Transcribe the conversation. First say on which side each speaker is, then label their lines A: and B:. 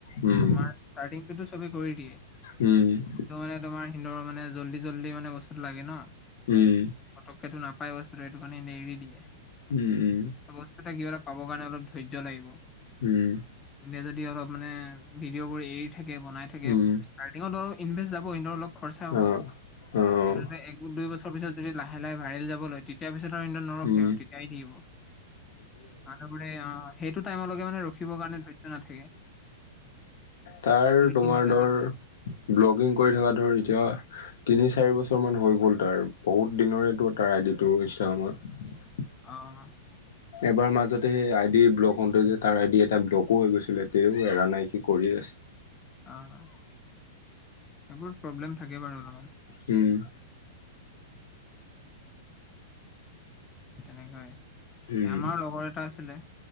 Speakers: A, on the left (about 70°); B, on the left (about 20°).
A: উম,
B: তোমাৰ ষ্টাৰ্টিংতুটো চবে কৰি দিয়ে।
A: উম
B: টো মানে তোমাৰ হিনদৰ মানে জল্দি জল্দি মানে বস্তুটো লাগে ন।
A: উম
B: পটককেটো নাপায় বস্তুটো এইটো কাৰণে এনেই এৰি দিয়ে।
A: উম উম।
B: সেই বস্তুটোৱে কিবা এটা পাবৰ কাৰণে অলপ ধৈৰ্য লাগিব।
A: উম।
B: এনেই যদি অলপ মানে ভিডিঅ' বোৰ এৰি থাকে বনাই থাকে।
A: উম,
B: ষ্টাৰ্টিংত ধৰ ইনভেষ্ট যাবই এনেইও অলপ খৰচা হ'ব।
A: অ', অ',
B: কিন্তু এক দুই বছৰৰ পিছত যদি লাহে লাহে ভাইৰেল যাব লয় তে তাৰপিছত আৰু অন্য নৰখে
A: উম,
B: আৰু তেতিয়া আহি থাকিব, আৰু ঘূৰে অঁ, সেইটো টাইমলৈকে মানে ৰখিব কাৰণে ধৈৰ্য নাথাকে।
A: তাৰ
B: দুই
A: তোমাৰ
B: তিনিটা
A: ধৰ ব্লগিং কৰি থকা ধৰ এতিয়া তিনি চাৰি বছৰ মান হৈ গ'ল তাৰ, বহুত দিনৰেতো তাৰ আইডিটো ইনষ্টাগ্ৰামৰ।
B: অঁ
A: এবাৰ মাজতে সেই আই ডি ব্লক হওঁতে যে তাৰ আই ডি এটা ব্লকো হৈ গৈছিলে, তেও এৰা নাই সি কৰি আছে।
B: আঁহ এইবোৰ প্ৰব্লেম থাকে বাৰু অলপমান।
A: উম
B: তেনেকৈ
A: উম,
B: এ আমাৰ লগৰ এটা আছিলে,